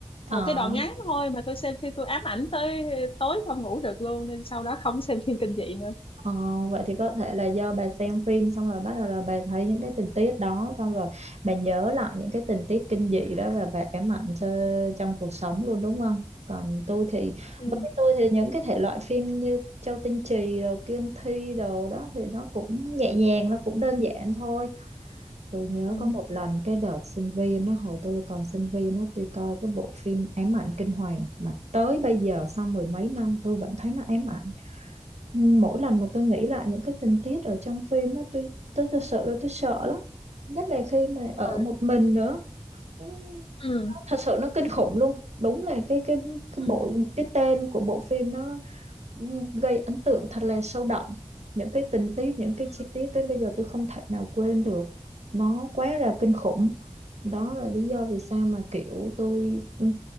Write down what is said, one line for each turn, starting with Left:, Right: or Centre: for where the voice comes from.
Right: Ờ.
Left: một cái đoạn ngắn thôi mà tôi xem phim tôi ám ảnh tới tối không ngủ được luôn nên sau đó không xem phim kinh dị nữa
Right: Ờ, vậy thì có thể là do bà xem phim xong rồi bắt đầu là bà thấy những cái tình tiết đó xong rồi bà nhớ lại những cái tình tiết kinh dị đó và bà ám ảnh cho trong cuộc sống luôn đúng không? Còn tôi thì
Left: ừ
Right: đối với tôi thì những cái thể loại phim như Châu Tinh Trì rồi Kiên Thi đồ đó thì nó cũng nhẹ nhàng nó cũng đơn giản thôi. Tôi nhớ
Left: ừ
Right: có một lần cái đợt sinh viên nó hồi tôi còn sinh viên nó tôi coi cái bộ phim Ám ảnh kinh hoàng mà tới bây giờ sau mười mấy năm tôi vẫn thấy nó ám ảnh mỗi lần mà tôi nghĩ lại những cái tình tiết ở trong phim đó tôi tôi thật sự là tôi sợ lắm nhất là khi mà
Left: đúng
Right: ở
Left: rồi
Right: một mình nữa Ừ,
Left: ừ
Right: thật sự nó kinh khủng luôn đúng là cái cái cái
Left: ừ
Right: bộ cái tên của bộ phim nó ừ, gây ấn tượng thật là sâu đậm những cái tình tiết những cái
Left: ừ
Right: chi tiết tới bây giờ tôi không thể nào quên được nó quá là kinh khủng đó là lý do vì sao mà kiểu tôi ừ,